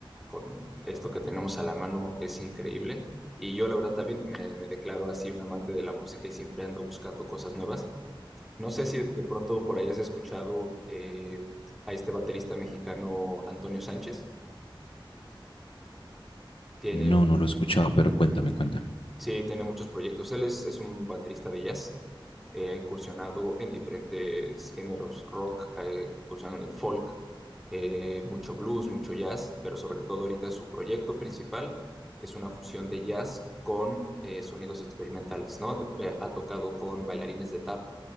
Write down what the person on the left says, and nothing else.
No, no lo he escuchado, pero cuéntame, cuéntame.